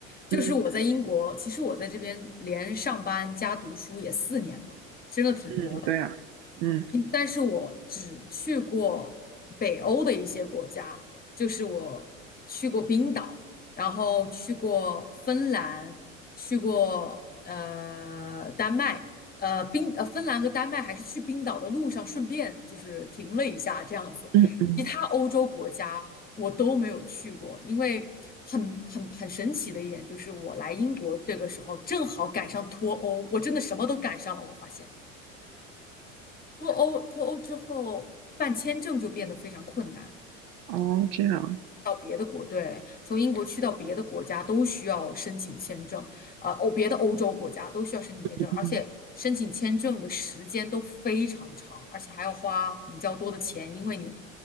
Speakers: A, on the left (about 20°); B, on the right (about 55°).
A: 就是我在英国，
B: 嗯
A: 其实我在这边连上班加读书也四年了，真的挺多的。
B: 嗯，对啊，嗯，
A: 嗯但是我只去过北欧的一些国家，就是我去过冰岛，然后去过芬兰，去过呃丹麦，呃冰呃芬兰和丹麦还是去冰岛的路上顺便就是停了一下这样子，
B: 嗯嗯
A: 其他欧洲国家我都没有去过，因为很很很神奇的一点就是我来英国这个时候正好赶上脱欧，我真的什么都赶上了，我发现。脱欧脱欧之后办签证就变得非常困难，
B: 哦，这样，
A: 到别的国，对，从英国去到别的国家都需要申请签证，呃，欧别的欧洲国家都需要申请签证，
B: 嗯
A: 而且申请签证的时间都非常长，而且还要花比较多的钱，因为你